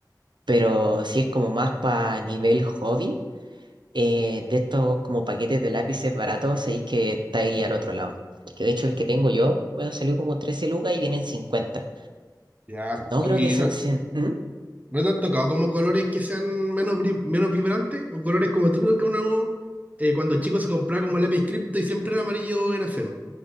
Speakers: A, on the right (about 85°); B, on the right (about 20°).
A: pero si es como más para nivel hobby, eh, de estos como paquetes de lápices baratos, sabéis que está ahí al otro lado. Que de hecho el que tengo yo me salió como 13 lucas y vienen cincuenta,
B: Ya.
A: No
B: ¿Y
A: creo que son
B: no,
A: cien ¿Mm?
B: no te han tocado como colores que sean menos, bri- menos vibrantes o colores como típicos que uno eh, cuando chico se compraba como lápiz cripto y siempre el amarillo era feo?